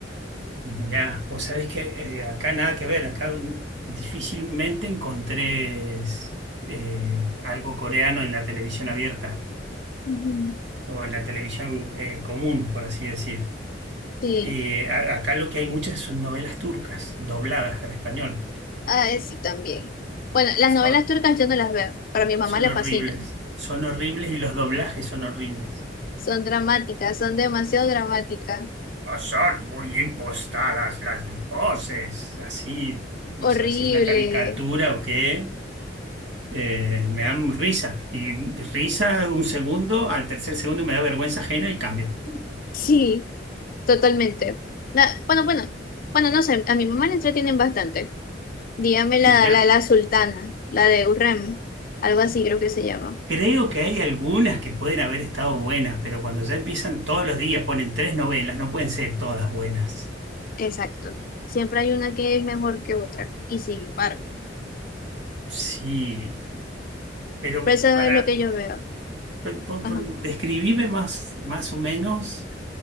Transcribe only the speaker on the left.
Ujú.
Sí,
ah, eh, sí, también. Bueno, las
novelas turcas yo no las veo, pero a mi mamá
le
fascinan.
Son dramáticas, son demasiado dramáticas.
Horrible.
Sí, totalmente. Na- bueno, bueno, bueno, no sé, a mi mamá le entretienen bastante. Dígame la,
la, la sultana, la de Urrem, algo así creo que se llama.
Exacto. Siempre hay una que es mejor que otra y sigue, paro.
Pero eso
es lo que yo veo.
Ajá.